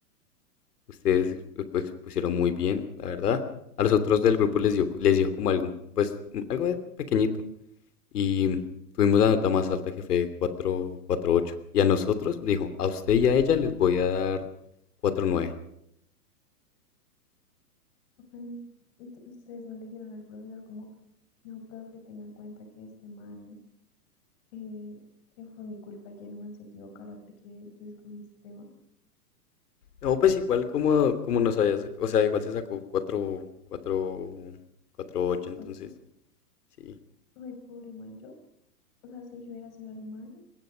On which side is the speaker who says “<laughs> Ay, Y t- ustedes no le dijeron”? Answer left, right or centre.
Left